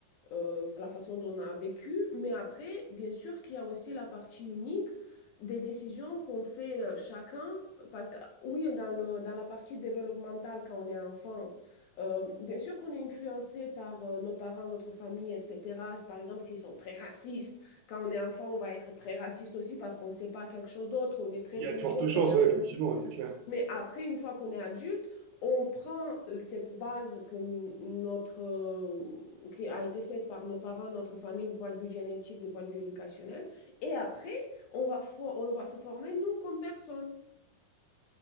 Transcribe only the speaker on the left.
euh, la façon dont on a vécu. Mais après, bien sûr qu'il y a aussi la partie unique des décisions qu'on fait euh, chacun. Parce que oui, dans le, dans la partie développementale, quand on est enfant, euh, bien sûr qu'on est influencé par euh, nos parents, notre famille, etc. Par exemple, s'ils sont très racistes, quand on est enfant, on va être très raciste aussi parce qu'on ne sait pas quelque chose d'autre, on est très
religieux
quand on est enfant.
Mais après, une fois qu'on est adulte, on prend cette base que n- notre, euh, qui a été faite par nos parents, notre famille, du point de vue génétique, du point de vue éducationnel, et après, on va, fo- on va se former, nous, comme personne.